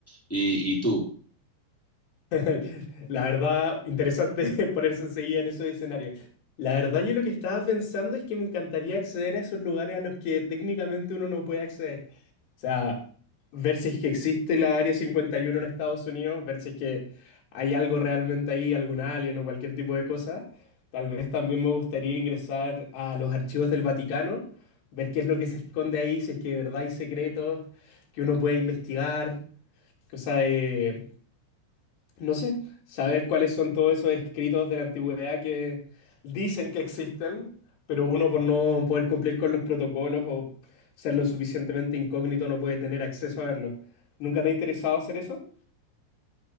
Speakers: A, in the centre; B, on the left.
A: ¿Y, y tú?
B: <laughs> La verdad, interesante <laughs> ponerse enseguida en esos escenarios. La verdad, yo lo que estaba pensando es que me encantaría acceder a esos lugares a los que técnicamente uno no puede acceder. O sea, ver si es que existe la Área cincuenta y uno en Estados Unidos, ver si es que hay algo realmente ahí, algún alien o cualquier tipo de cosa. Tal vez también me gustaría ingresar a los archivos del Vaticano, ver qué es lo que se esconde ahí, si es que de verdad hay secretos que uno puede investigar, cosa de no sé, saber cuáles son todos esos escritos de la antigüedad que dicen que existen, pero uno por no poder cumplir con los protocolos o ser lo suficientemente incógnito no puede tener acceso a verlos. ¿Nunca te ha interesado hacer eso?